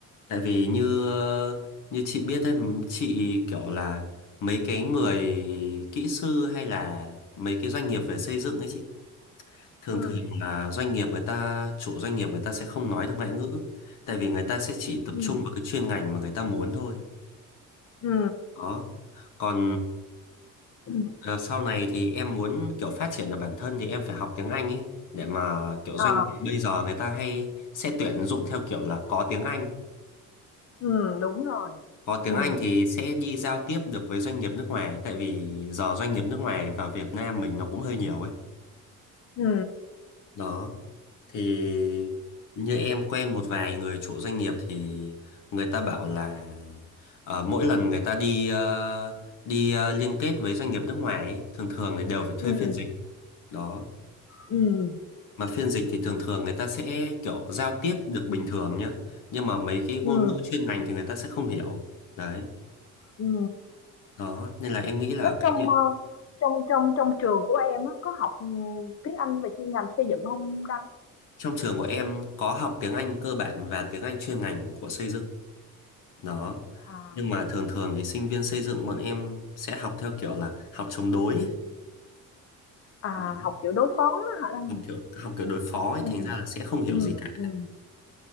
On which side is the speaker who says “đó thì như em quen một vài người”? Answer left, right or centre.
Left